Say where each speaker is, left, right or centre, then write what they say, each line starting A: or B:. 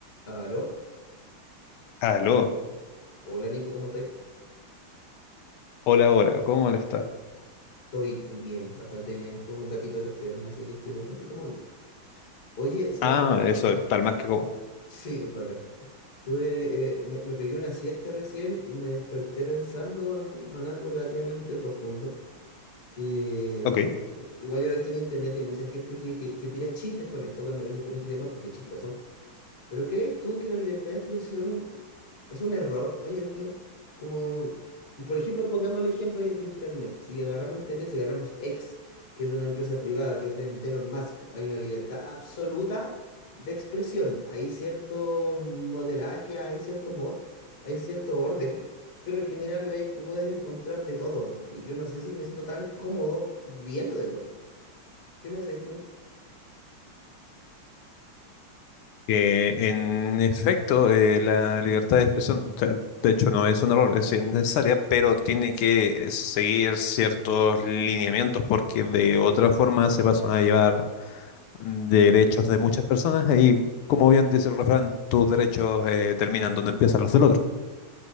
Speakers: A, on the left; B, on the left.
A: ¿Aló?
B: Aló,
A: Hola Nico, ¿cómo estáis?
B: hola, hola, ¿cómo le está?
A: Estoy bien, bastante bien, con un gatito en las piernas, así que estoy bastante comodito. Oye, ¿sabes
B: Ah,
A: qué?
B: eso
A: Eh,
B: es tal más que cómo.
A: Sí, es bacán. Tuve, eh, me, me pegué una siesta recién y me desperté pensando en, en algo relativamente profundo, que
B: Ok.
A: eh, igual yo lo he visto en internet, hay mucha gente que, que, que tira chistes con esto, con, con este tema, porque es chistoso. Pero ¿crees tú que la libertad de expresión Es un error hoy en día. Como, por ejemplo, pongamos el ejemplo de, de Internet. Si agarramos Internet, si agarramos X, que es de una empresa privada, que es del, de Elon Musk, hay una libertad absoluta de expresión. Hay cierto modelaje, hay cierto mod, hay cierto orden, pero en general ahí tú puedes encontrar de todo. Y yo no sé si me siento tan cómodo viendo de todo. ¿Qué pensáis tú?
B: Eh, en efecto, eh, la libertad de expresión, o sea, de hecho, no es un error, es necesaria, pero tiene que seguir ciertos lineamientos porque de otra forma se pasan a llevar derechos de muchas personas y, como bien dice el refrán, tus derechos eh, terminan donde empiezan los del otro.